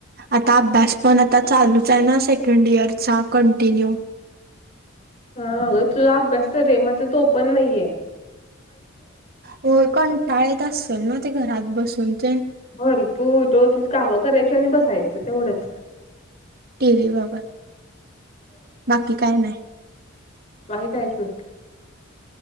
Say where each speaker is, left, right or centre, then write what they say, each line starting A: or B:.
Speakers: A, on the right; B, on the left.
A: आता अभ्यास पण आता चालूच आहे ना सेकंड इयरचा, कंटिन्यू.
B: हा अगं तुला अभ्यास तरी य,, माझ तो पण नाहीयेऽ
A: होय,, कंटाळेत असल ना ते घरात बसून तनऽ
B: भरपूर रोज काम करायची आणि बसायचं,, तेवढंच.
A: टीव्ही बाघत,,, बाकी काय नाही.
B: काही काय स,